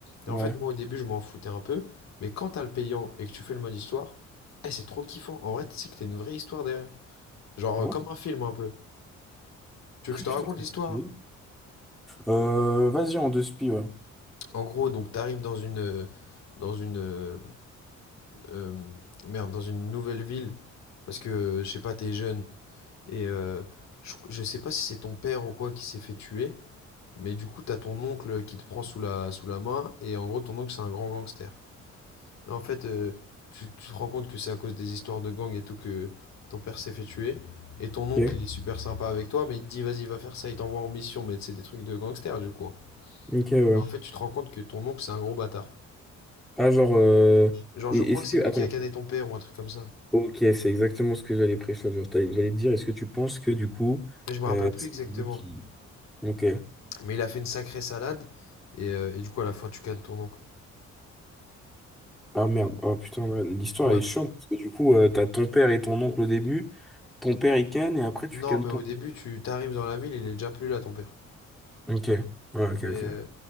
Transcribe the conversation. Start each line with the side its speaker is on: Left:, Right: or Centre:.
Left: Et
Centre: ouais.
Left: en fait, moi au début je m'en foutais un peu, mais quand t'as le payant et que tu fais le mode histoire, eh, c'est trop kiffant. En vrai, tu sais que t'as une vraie histoire derrière. Genre
Centre: Ah
Left: euh,
Centre: ouais
Left: comme un film un peu. Tu veux
Centre: Qu'est-ce
Left: que je te raconte
Centre: que
Left: l'histoire?
Centre: je Euh, vas-y, en deux spi, ouais.
Left: En gros, donc t'arrives dans une, euh, dans une, euh, euh, merde, dans une nouvelle ville parce que je sais pas, t'es jeune. Et euh, je, je sais pas si c'est ton père ou quoi qui s'est fait tuer, mais du coup, t'as ton oncle qui te prend sous la, sous la main, et en gros, ton oncle, c'est un grand gangster. Et en fait, euh, tu, tu te rends compte que c'est à cause des histoires de gang et tout que ton père s'est fait tuer, et ton oncle,
Centre: Ok,
Left: il est super sympa avec toi, mais il te dit, vas-y, va faire ça, il t'envoie en mission, mais c'est des trucs de gangster, du coup.
Centre: ok, ouais.
Left: Et en fait, tu te rends compte que ton oncle, c'est un gros bâtard.
Centre: Ah, genre, euh,
Left: Genre,
Centre: et
Left: je crois
Centre: est-ce
Left: que
Centre: que,
Left: c'est lui
Centre: attends,
Left: qui a cané ton père ou un truc comme ça.
Centre: ok, c'est exactement ce que j'allais pré Genre, t'allais- j'allais te dire, est-ce que tu penses que du coup,
Left: Mais je me rappelle
Centre: euh,
Left: plus
Centre: c'est
Left: exactement.
Centre: lui qui. Ok.
Left: Mais il a fait une sacrée salade, et, euh, et du coup, à la fin, tu cannes ton oncle.
Centre: Ah merde, oh putain, ouais, l'histoire
Left: Ouais,
Centre: elle est chiante parce que du coup, euh, t'as ton père et ton oncle au début, ton père il canne et après tu
Left: Non,
Centre: cannes
Left: mais
Centre: ton.
Left: au début, tu t'arrives dans la ville, il est déjà plus là, ton père.
Centre: Ok, ouais, ok,
Left: Mais,
Centre: ok.
Left: euh,